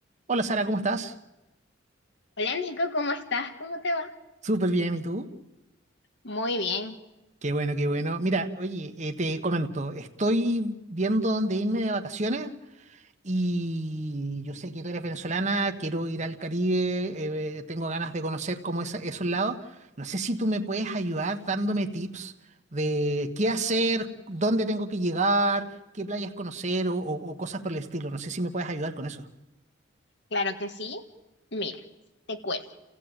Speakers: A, on the right; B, on the left.
A: Hola Sara, ¿cómo estás?
B: Hola Nico, ¿cómo estás? ¿Cómo te va?
A: Súper bien, ¿y tú?
B: Muy bien,
A: Qué bueno, qué bueno. Mira, oye, eh, te comento, estoy viendo dónde irme de vacaciones y yo sé que tú eres venezolana, quiero ir al Caribe, eh, tengo ganas de conocer como esa- esos lados. No sé si tú me puedes ayudar dándome tips de qué hacer, dónde tengo que llegar, qué playas conocer o, o- o cosas por el estilo. No sé si me puedes ayudar con eso.
B: claro que sí. Mira, te cuento.